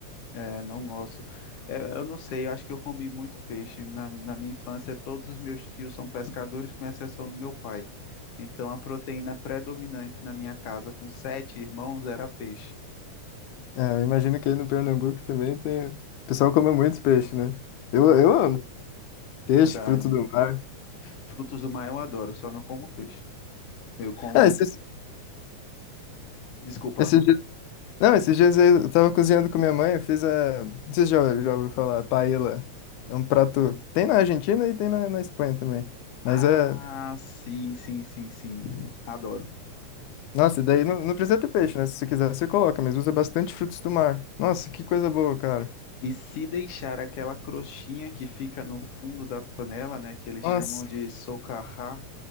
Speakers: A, on the left (about 70°); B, on the left (about 85°).
A: É, não gosto. É, eu não sei, eu acho que eu comi muito peixe. Na, na minha infância, todos os meus tios são pescadores, com exceção do meu pai. Então, a proteína predominante na minha casa, com sete irmãos, era peixe.
B: É, eu imagino que aí no Pernambuco também tem... O pessoal come muito peixe, né? Eu,
A: Ah,
B: eu amo peixe,
A: verdade.
B: fruto do mar.
A: Frutos do mar eu adoro, só não como peixe. Eu como.
B: É, esses,
A: Desculpa.
B: esses Não, esses dias aí eu tava cozinhando com minha mãe, eu fiz a. Não sei se já, já ouviu falar, paella. É um prato. Tem na Argentina e tem na, na Espanha também. Mas
A: Ah,
B: é.
A: sim, sim, sim, sim. Adoro.
B: Nossa, daí não, não precisa ter peixe, né? Se você quiser, você coloca, mas usa bastante frutos do mar. Nossa, que coisa boa, cara.
A: E se deixar aquela crostinha que fica no fundo da panela, né, que eles
B: Nossa,
A: chamam de socarrá,